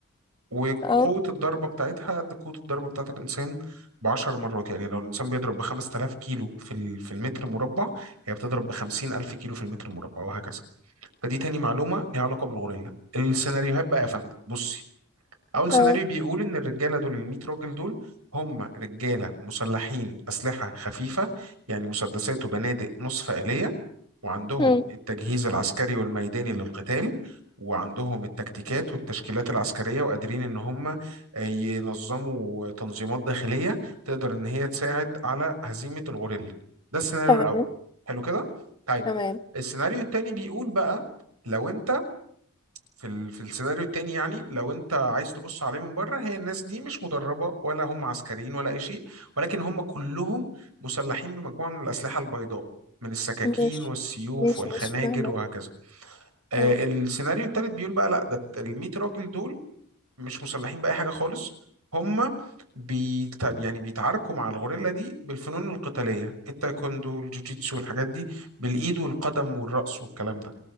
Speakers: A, on the right (about 80°); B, on the left (about 20°).
A: وقوة
B: اه
A: الضربة بتاعتها قد قوة الضربة بتاعت الإنسان بعشر مرات يعني لو الإنسان بيضرب بخمس تلاف كيلو في ال... في المتر مربع هي بتضرب بخمسين ألف كيلو في المتر مربع وهكذا فدي تاني معلومة ليها علاقة بالغوريلا السيناريوهات بقى يا فندم بصي اول سيناريو
B: اه
A: بيقول ان الرجاله دول ال 100 راجل دول هم رجاله مسلحين اسلحه خفيفه يعني مسدسات وبنادق نصف آلية وعندهم
B: هم.
A: التجهيز العسكري والميداني للقتال وعندهم التكتيكات والتشكيلات العسكريه وقادرين ان هم ينظموا تنظيمات داخليه تقدر ان هي تساعد على هزيمه الغوريلا ده السيناريو
B: تمام
A: الاول حلو كده طيب
B: تمام
A: السيناريو التاني بيقول بقى لو انت في ال... في السيناريو التاني يعني لو انت عايز تبص عليه من بره هي الناس دي مش مدربة ولا هم عسكريين ولا اي شيء ولكن هم كلهم مسلحين بمجموعة من الأسلحة البيضاء من السكاكين
B: ماشي
A: والسيوف
B: ماشي
A: والخناجر
B: ماشي فاهمة
A: وهكذا آه،
B: اه
A: السيناريو التالت بيقول بقى لا ده ال 100 راجل دول مش مسلحين بأي حاجة خالص هم بيت... يعني بيتعاركوا مع الغوريلا دي بالفنون القتالية التايكوندو والجوجيتسو والحاجات دي بالإيد والقدم والرأس والكلام ده